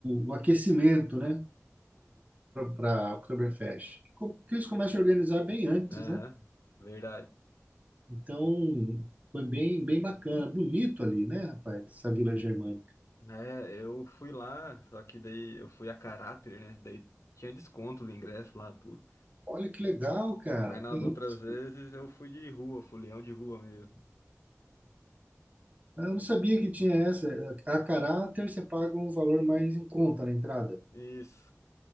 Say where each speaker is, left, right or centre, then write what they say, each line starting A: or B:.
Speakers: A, on the right (about 30°); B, on the left (about 65°).
A: o- o aquecimento, né? Para a Oktoberfest. Co- Que eles começam a organizar bem antes,
B: Aham.
A: né?
B: Verdade.
A: Então foi bem, bem bacana, bonito ali, né, rapaz? Essa vila germânica.
B: É, eu fui lá, só que daí eu fui a caráter, né? Daí tinha desconto do ingresso lá, tudo.
A: Olha que legal, cara.
B: Mas nas
A: Tem
B: outras
A: isso.
B: vezes eu fui de rua, fui leão de rua mesmo.
A: Ah, Eu não sabia que tinha essa. A caráter você paga um valor mais em conta na entrada.
B: Isso.